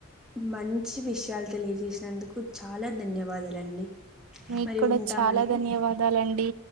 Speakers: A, in the centre; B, on the right.
A: మంచి విషయాలు తెలియజేసినందుకు చాలా ధన్యవాదాలండి
B: మీకు
A: మరి
B: కూడా
A: ఉంటామండి
B: చాలా ధన్యవాదాలండి